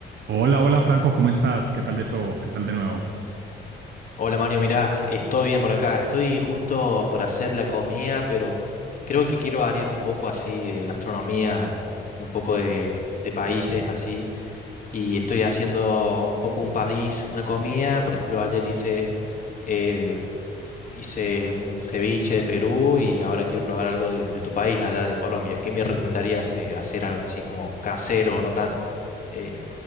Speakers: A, on the right (about 65°); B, on the left (about 45°).
A: Hola, hola Franco, ¿cómo estás? ¿Qué tal de todo? ¿Qué tal de nuevo?
B: Hola Mario, mirá, estoy bien por acá. Estoy justo por hacer la comida, pero creo que quiero variar un poco así de gastronomía, de un poco de, de países así. Y estoy haciendo un poco un país, una comida. Por ejemplo, ayer hice, eh, hice un ceviche de Perú y ahora quiero probar algo de, de tu país allá de Colombia. ¿Qué me recomendarías eh, hacer algo así como casero, no tan eh,